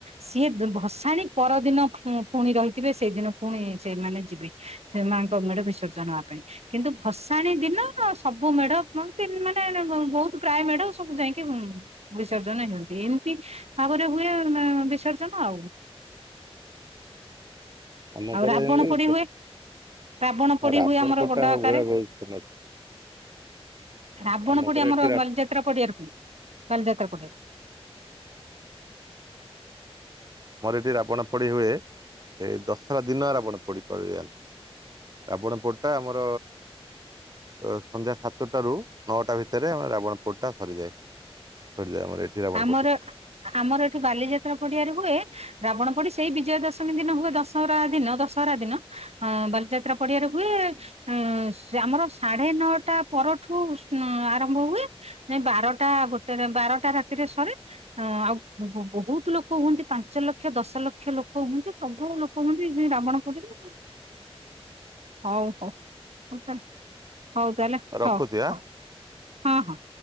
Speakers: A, on the right; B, on the right.
A: ସିଏ ଭସାଣୀ ପରଦିନ ଉଁ, ପୁଣି ରହିଥିବେ ସେଇଦିନ ପୁଣି ସେଇମାନେ ଯିବେ ସେ ମାଆଙ୍କ ମେଢ ବିସର୍ଜନ ହେବା ପାଇଁ। କିନ୍ତୁ ଭସ ଣୀ ଦିନ ସବୁ ମେଢ କୁହନ୍ତିନି ମାନେ ଏଇନେ ବହୁତ ପ୍ରାୟ ମେଢ ସବୁ ଯାଇକି ଉଁ, ବିସ ସର୍ଜନ ହେନ୍ତି। ଏମିତି ଆଗରେ ହୁଏ ଏ, ବିସର୍ଜନ ଆଉ।
B: ଆମ
A: ଆଉ
B: କରେ
A: ରାବଣ
B: ଏମିତି
A: ପୋଡି ହୁଏ। ରାବଣ ପୋଡି
B: ରାବଣ
A: ହୁଏ ଆମର
B: ପୋଡିଟା
A: ଡଡ ଆକାରେ।
B: ପୁରା ବହୁତ ଫେମସ
A: ରାବଣ
B: ଆମ
A: ପୋଡି
B: କରେ
A: ଆମର
B: ଏଠି ରା
A: ବାଲିଯାତ୍ରା ପଡିଆରେ ହୁଏ। ବାଲିଯାତ୍ରା ପଡିଆାରେ।
B: ଯେ ରାବଣ ପୋଡି ହୁଏ ଏଇ ଦଶରା ଦିନ ରାବଣ ପୋଡି କରିଦିଅନ ଆପଣ ପଟା ଆମର ଅ, ସନ୍ଧ୍ୟା ସାତଟ ରୁ ନଅଟା ଭିତରେ ଆମ ରାବଣ ପୋଡି ଟା ସରିଯାଏ। <unintelligible> ରାବଣ
A: ଆମର
B: ପୋଡି
A: ଆମର ଏଠି ବାଲିଯାତ୍ରା ପଡିଆରେ ହୁଏ। ରାବଣ ପୋଡି ସେଇ ବିଜୟା ଦଶମୀ ଦିନ ହୁଏ । ଦଶହରା ଦିନ, ଦଶହରା ଦିନ। ହଁ ବାଲିଯାତ୍ରା ପଡିଆରେ ହୁଏ। ଅ, ଆମର ସାଢେ ନଅଟା ପରଠୁ ହଁ ଆରମ୍ଭ ହୁଏ। ଯାଇ ବାରଟା ଗୋଟେରେ ବାରଟା ରା ତିରେ ସରେ। ଅଁ, ଆଉ ବ, ବ, ବହୁତ ଲୋକ ହୁଅନ୍ତି ପାଞ୍ଚ ଲକ୍ଷ ଦଶ ଲକ୍ଷ ଲୋକ ହୁଅନ୍ତି। ପ୍ରଭୁ ତ ଲୋକ ହୁଅନ୍ତି ସେଇ ରାବଣ ପୋଡିରେ ଆଉ। ହଉ ହଉ ହଉ ତାଲେ ହଉ ତାହଲେ
B: ରଖୁଛି
A: ହଉ
B: ଆଁ।
A: ହଉ। ହଁ, ହଁ।